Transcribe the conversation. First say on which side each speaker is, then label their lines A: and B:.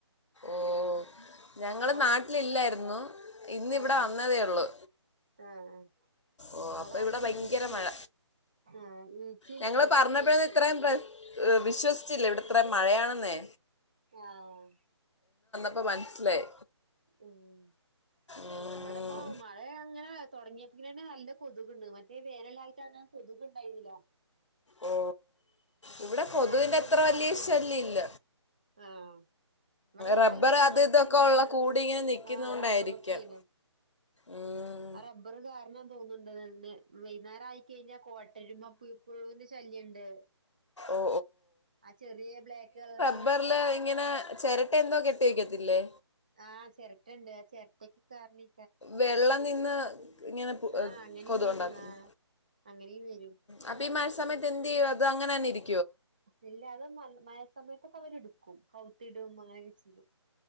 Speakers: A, on the left; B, on the right.
A: ഓഹ് ഞങ്ങള്
B: ഇപ്പം
A: നാട്ടിലില്ലായിരുന്നു ഇന്നിവിടെ
B: ആഹ്
A: വന്നതേ ഉള്ളു
B: ആഹ്
A: ഓഹ്
B: ഇവടെ
A: അപ്പൊ
B: നല്ല
A: ഇവിടെ ഭയങ്കര
B: ഈച്ചിം
A: മഴ
B: ആഹ് ഈ ഈച്ചേ
A: ഞങ്ങൾ
B: കൊതുകൊക്കെ
A: പറഞ്ഞപ്പോഴൊന്നും ഇത്രയും പ്ര- വിശ്വസിച്ചില്ല ഇവിടെ ഇത്ര മഴയാണെന്നേ
B: ആഹ്
A: അപ്പോൾ മനസ്സിലായി
B: ഉം
A: ഉം.
B: ഇവിടിപ്പോ മഴ അങ്ങനെ തുടങ്ങിയങ്കിലാണ് നല്ല കൊതുകിണ്ട് മറ്റേ വേനല്ലായിട്ട് അങ്ങ് കൊതുക് ഇണ്ടായിന്നില്ല
A: ഓ ഇവിടെ കൊതുവിന്റെ
B: നല്ലൊരു
A: അത്ര വല്യ
B: ആക്കേര്ന്നു
A: ശല്യം ഇല്ല
B: ആഹ് ഇവിടെ നാല്
A: റബ്ബർ
B: പൊറ
A: അത്
B: നറച്ച്
A: ഇതൊക്കെ
B: മരങ്ങളും
A: ഉള്ള കൂടി ഇങ്ങനെ നിക്കുന്നോണ്ടായിരിക്കാം
B: ആഹ് റബ്ബറൊക്കെന്നു
A: ഉം.
B: ആഹ് റബ്ബറ് തോന്നുന്നുണ്ടന്നെ വൈന്നേരം ആയി കഴിഞ്ഞാൽ കോട്ടരുമ പു പ്പഴുവിന്റെ ശല്യണ്ട്
A: ഓ
B: അ ചെറീയെ ബ്ലാക്ക് കളർ
A: റബ്ബറില് ഇങ്ങനെ ചിരട്ട എന്തോ കെട്ടി വക്കത്തില്ലേ?
B: ആഹ് ചിരട്ടുണ്ട് ആ ചിരട്ടക്കെ കണി
A: വെള്ളം നിന്ന് ഇങ്ങനെ
B: ആഹ് അങ്ങനെയും
A: കൊതു
B: വരും
A: ഉണ്ടാകത്തില്ലേ
B: ആഹ് അങ്ങനെയും വരും
A: അപ്പൊ ഈ മ സമയത്ത് എന്ത് ചെയ്യും അതങ്ങനെ തന്ന ഇരി
B: ഇല്ല അത് മ മഴ സമയത്ത് അവരെടുക്കും കൗത്തിടും അങ്ങനെയൊക്കെ ചെയ്യും.